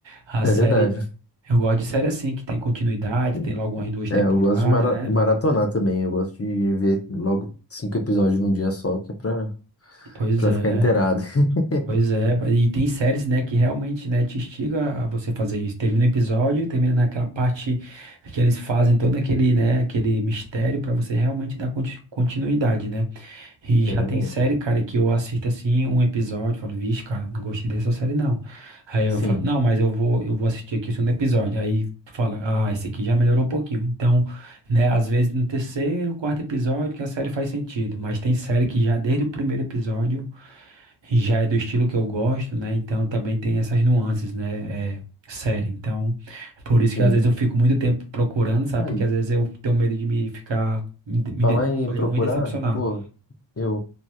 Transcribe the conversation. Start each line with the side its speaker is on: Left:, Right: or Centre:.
Right: a
Left: É
Right: série.
Left: verdade.
Right: Eu gosto de série assim, que tem continuidade,
Left: Sim.
Right: tem logo umas duas
Left: É,
Right: temporadas,
Left: eu gosto de mara-
Right: né?
Left: maratonar também. Eu gosto de ver logo cinco episódios num dia só, que é pra,
Right: Pois
Left: pra
Right: é.
Left: ficar inteirado. <laughs>
Right: Pois é, e tem séries, né, que realmente, né, te instiga a você fazer isso. Termina o episódio, termina naquela parte que eles fazem todo aquele, né, aquele mistério pra você realmente dar conti- continuidade, né? E já
Left: É verdade.
Right: tem série, cara, que eu assisto assim um episódio, e falo, vixe, cara, não gostei dessa série não. Aí eu
Left: Sim,
Right: falo, não, mas eu vou, eu vou assistir aqui o segundo episódio. Aí tu fala, ah, esse aqui já melhorou um pouquinho. Então, né, às vezes no terceiro, quarto episódio que a série faz sentido, mas tem série que já desde o primeiro episódio já é do estilo que eu gosto, né? Então também tem essas nuances, né? É, série. Então, é por isso que
Left: sim.
Right: às vezes eu fico muito tempo procurando, sabe?
Left: Aí.
Right: Porque às vezes eu tenho medo de me ficar, me, de- me
Left: Falar
Right: de-
Left: em
Right: escolher
Left: procurar,
Right: um e decepcionar.
Left: pô, eu